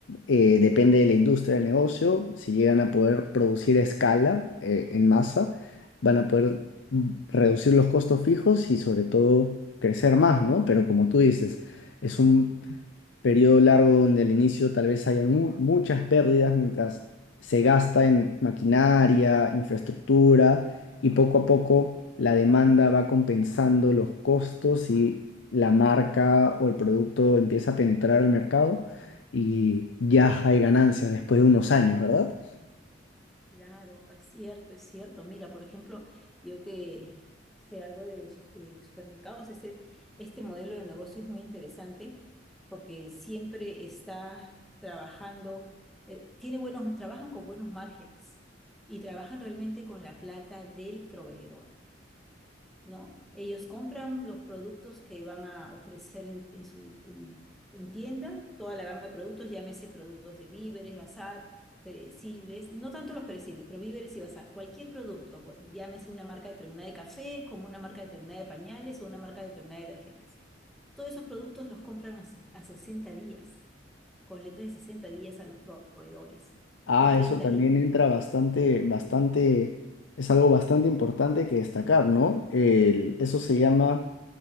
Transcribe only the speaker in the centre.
Claro, es cierto, es cierto. Mira, por ejemplo, yo que sé algo de, su- de supermercados, este, este modelo de negocio es muy interesante porque siempre está trabajando, eh, tiene buenos, trabajan con buenos márgenes y trabajan realmente con la plata del proveedor. ¿no? Ellos compran los productos que van a ofrecer en, en su en, en tienda, toda la gama de productos, llámese productos de víveres, bazar, perecibles, no tanto los perecibles, pero víveres y bazar, cualquier producto, por- llámese una marca determinada de café, como una marca determinada de pañales o una marca determinada de detergentes. Todos esos productos los compran a, se- a 60 días, con letras de 60 días a los proveedores
o 30